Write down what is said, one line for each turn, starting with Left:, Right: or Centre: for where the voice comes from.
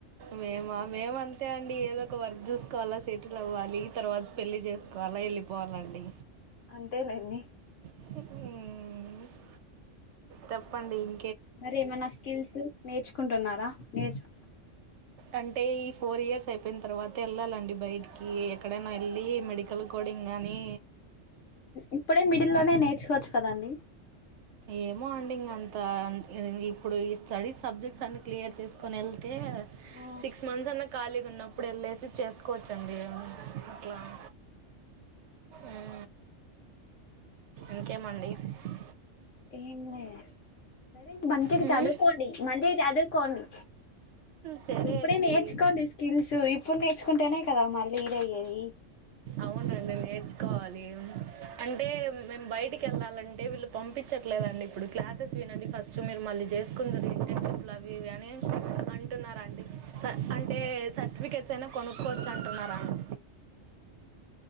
Right: మేమా మేము అంతే అండి ఏదో ఒక వర్క్ జూసుకోవాల్ల సెటిల్ అవ్వాలి తర్వాత పెళ్ళి జేసుకోవాలా వెళ్ళిపోవాలండి
Left: అంతేలేండి
Right: ఊ తెప్పండి ఇం
Left: మరి ఏమన్నా స్కిల్స్ నేర్చుకుంటున్నారా నేర్చు
Right: అంటే ఈ ఫోర్ ఇయర్స్ అయిపోయిన తర్వాత ఎళ్ళాలండి బయటికి ఎక్కడైనా ఎళ్ళి మెడికల్ కోడింగ్ గానీ
Left: ఇప్పుడే మిడిల్ లోనే నేర్చుకోవచ్చు కదండి
Right: ఏమో అండి ఇంగ అంత ఇప్పుడు ఈ స్టడీస్ సబ్జెక్ట్స్ అన్ని క్లియర్ చేసుకొని ఎళ్ ళ్తే
Left: ఆ
Right: సిక్స్ మంత్స్ అన్న ఖాళీగా ఉన్నప్పుడు వెళ్ళేసి చేసుకోవచ్చండి. వలాం ఆ ఇంకేమండి <unintelligible>
Left: ఏంలే సరే మంచిగా
Right: మ్మ్
Left: చదువుకోండి, మంచిగా చదువుకోండి.
Right: సరే
Left: ఇప్పుడే
Right: అండి
Left: నేర్చుకోండి స్కిల్స్ ఇప్పుడు నేర్చుకుంటేనే కదా మళ్ళీ యూస్ అయ్యేది.
Right: అవునండి నేర్చుకోవాలి అంటే మేము బయటికి వెళ్ళాలంటే వీళ్ళు పంపించట్లేదండి ఇప్పుడు క్లాసెస్ వినండి ఫస్ట్ మీరు మళ్ళీ చేసుకుందిరు ఇంటర్న్షిప్లు అవి ఇవి అని, అంటున్నరండి స అంటే సర్టిఫికెట్స్ అయినా కొనుక్కోవచ్చు అంటున్నారండి.